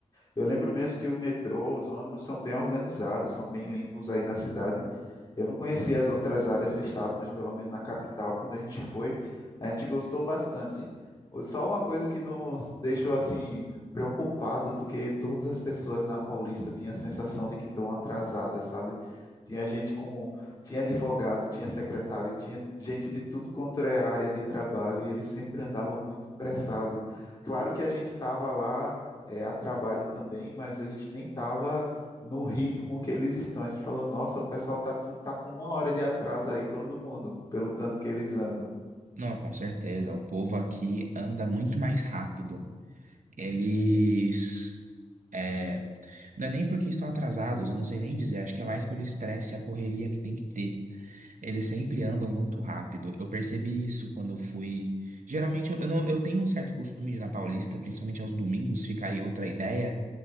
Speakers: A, on the left (about 30°); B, on the right (about 75°).
A: eu lembro mesmo que o metrô, os ônibus são bem organizados, são bem limpos aí na cidade. Eu não conhecia as outras áreas do estado, mas pelo menos na capital, quando a gente foi, a gente gostou bastante. Só uma coisa que nos deixou assim preocupado, porque todas as pessoas na Paulista tinham a sensação de que estão atrasadas, sabe? Tinha gente com, tinha advogado, tinha secretário, tinha gente de tudo quanto é área de trabalho e eles sempre andavam muito pressado. Claro que a gente estava lá é, a trabalho também, mas a gente nem estava no ritmo que eles estão. A gente falou, nossa, o pessoal tá, tudo, tá com uma hora de atraso aí, todo mundo, pelo tanto que eles andam.
B: Não, com certeza, o povo aqui anda muito mais rápido. Eles é, não é nem porque estão atrasados, eu não sei nem dizer, acho que é mais pelo estresse e a correria que tem que ter. Eles sempre andam muito rápido. Eu percebi isso quando eu fui. Geralmente eu, eu não- eu tenho um certo costume de ir na Paulista, principalmente aos domingos, fica aí outra ideia.